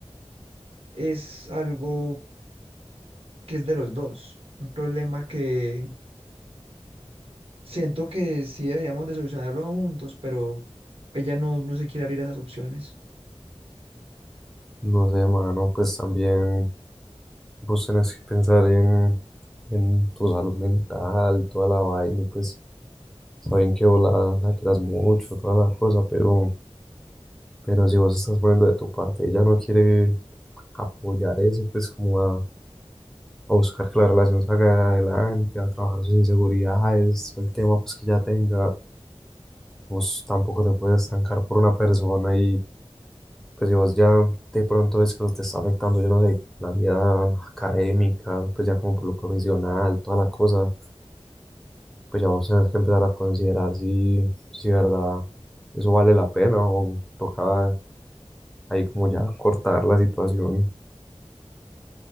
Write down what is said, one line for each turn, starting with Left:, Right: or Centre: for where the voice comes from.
Right: es algo que es de los dos. Un problema que siento que sí deberíamos de solucionarlo juntos, pero ella no, no se quiere abrir a esas opciones.
Centre: No sé, mano, pues también vos tenés que pensar en, en tu salud mental, toda la vaina, y pues saben que vos la, la quieras mucho, toda la cosa, pero, pero si vos estás poniendo de tu parte, ella no quiere apoyar eso, pues como a a buscar que la relación salga adelante, a trabajar sus inseguridades, el tema pues que ya tenga, vos tampoco te puedes estancar por una persona y pues si vos ya de pronto ves que te está afectando, yo no sé, la vida académica, pues ya como por lo profesional, toda la cosa, pues ya vos tenés que empezar a considerar si, si verdad eso vale la pena o toca ahí como ya cortar la situación.